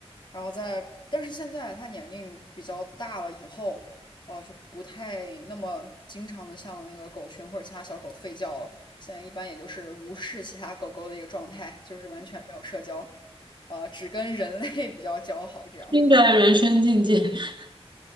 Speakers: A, on the left (about 45°); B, on the right (about 45°).
A: 然后在，但是现在它年龄比较大了以后，呃，就不太那么经常的像那个狗群或者其他小狗吠叫了。现在一般也就是无视其他狗狗的一个状态，就是完全没有社交，呃，只跟人类 <laughs> 比较交好。这样，
B: 新的人生境界。<laughs>